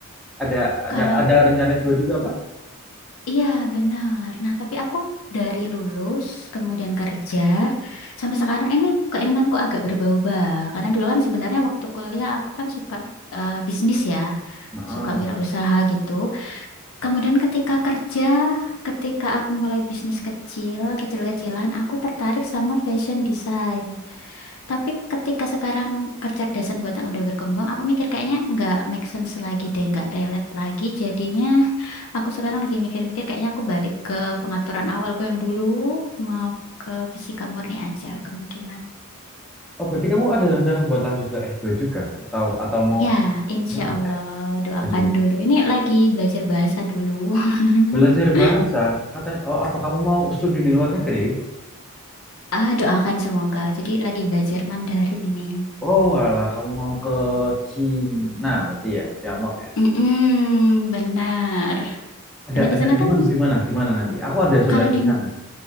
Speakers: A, in the centre; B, on the left (about 65°).
A: Ada ada
B: Kalau
A: ada rencana s dua juga, Pak?
B: Iya, benar. Nah, tapi aku dari lulus, kemudian kerja, sampai sekarang ini keinginanku agak berubah-ubah. Karena dulu kan sebenarnya waktu kuliah aku kan suka eh, bisnis ya,
A: Heeh.
B: suka wirausaha gitu. Kemudian ketika kerja, ketika aku mulai bisnis kecil, kecil-kecilan, aku tertarik sama fashion design. Tapi ketika sekarang kecerdasan buatan udah berkembang, aku mikir kayaknya nggak make sense lagi deh, nggak relate lagi. Jadinya aku sekarang lagi mikir-mikir kayaknya aku balik ke pengaturan awalku yang dulu, mau ke fisika murni aja kemungkinan.
A: Oh, berarti kamu ada rencana buat lanjut ke s dua juga atau atau mau
B: Ya, insya
A: gimana?
B: Allah doakan
A: Aduh.
B: dulu. Ini lagi belajar bahasa dulu. <laughs>
A: Belajar bahasa, katanya, oh apa kamu mau studi di luar negeri?
B: Ah, doakan semoga. Jadi lagi belajar Mandarin ini.
A: Oh alah, kamu mau ke Cina, berarti ya, Tiongkok ya.
B: Mm-mm, benar.
A: Ada,
B: Karena di
A: ada
B: sana
A: di
B: kan
A: mana, di mana, di mana nanti? Aku ada saudara
B: kalau di
A: di sana.